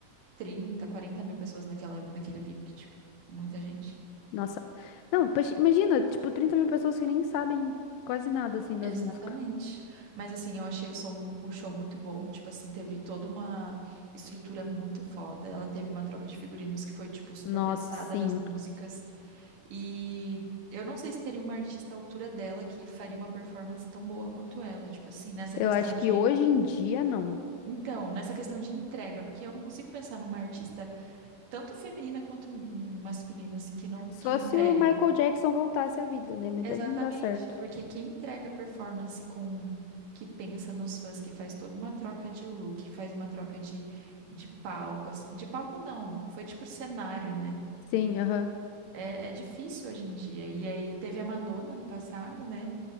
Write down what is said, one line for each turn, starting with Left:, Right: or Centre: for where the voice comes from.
Right: 30, 40 mil pessoas naquela, naquele VIP, tipo, muita gente.
Left: Nossa. Não, poxa, imagina, tipo, 30 mil pessoas que nem sabem quase nada, assim, das
Right: Exatamente.
Left: músicas.
Right: Mas assim, eu achei o som, mu- o show muito bom. Tipo assim, teve toda uma estrutura muito foda. Ela teve uma troca de figurinos que foi, tipo, super
Left: Nossa,
Right: pensada
Left: sim.
Right: nas músicas. E eu não sei se teria uma artista à altura dela que faria uma performance tão boa quanto ela, tipo assim, nessa
Left: Eu
Right: questão
Left: acho
Right: de.
Left: que hoje em dia, não.
Right: Então, nessa questão de entrega, porque eu não consigo pensar numa artista tanto feminina quanto m- masculina, assim, que não,
Left: Só
Right: que entregue.
Left: se o Michael Jackson voltasse à vida, né? Mas
Right: Exatamente,
Left: daí não dá certo.
Right: porque quem entrega performance com que pensa nos fãs, que faz toda uma troca de look, que faz uma troca de, de palco, assim, de palco não, foi tipo cenário, né?
Left: Sim, aham.
Right: É, é difícil hoje em dia. E aí teve a Madonna no passado, né?